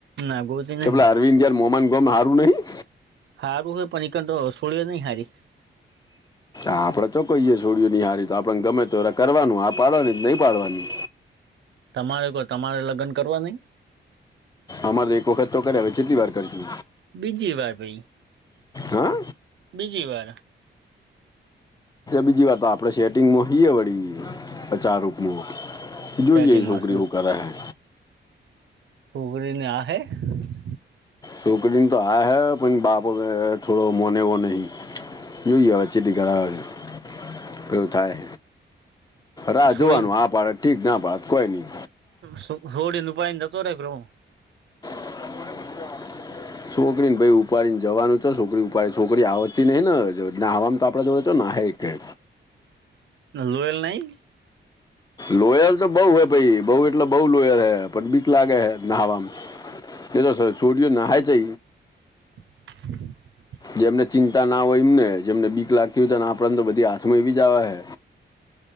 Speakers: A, on the right (about 75°); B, on the left (about 20°).
A: ના ગોતી નહી
B: પેલા અરવિંદ યાર મોમાન ગમ હારું નહી?
A: હારું, હ પનીિકર તો છોડ્યો નહીં હારી.
B: આપડે તો કોઈએ છોડીઓ નીહારી તો, આપડને ગમે તોર કરવાનું. હા, પાડવાની નહી પાડવાની.
A: તમારે કોઈ તમારે લગન કરવા નહી?
B: અમારે તો એક વખત તો કર્યા હ છેટલી વાર કરજું.
A: બીજી વાર ભાઈ‌.
B: હા
A: બીજી વાર.
B: બીજી આપડે સેટિંગમાં હઈએ વળી, બચાર રૂપમાં. જોઈએ
A: સેટિંગમાં
B: છોકરી
A: શું
B: હો કરાહે.
A: <unintelligible>
B: છોકરીને હા, હૈ પણ, બાપો થોડો મોને વો નહી. જોયે એ વચ્ચેથી કરાવે તો. એવું થાય રા
A: છોડી
B: જોવાનું હા પાડે તો ઠીક ના પાડ કોઈની
A: છો સોડીન <unintelligible> હુ
B: <inaudible> છોકરી ને ભાઈ ઉપાડીને જાવાનું છે, છોકરી ઉપાડી છોકરી આવતી નહીન નેવા તો આપણે જોડે તો નાહે કે?
A: લોયલ નહી?
B: લોયલ તો બો હે ભાઈ, બો એટલે બો લોયલ હૈ પણ બીક લાગે હે નહાવા એ તો છ છોડીઓ નાહે જય
A: <unintelligible>
B: જેમને ચિંતા ના હોય એમને જેમને બીક લાગતી હોયને આપડને તો બધી હાથમાં એવીજ આવહે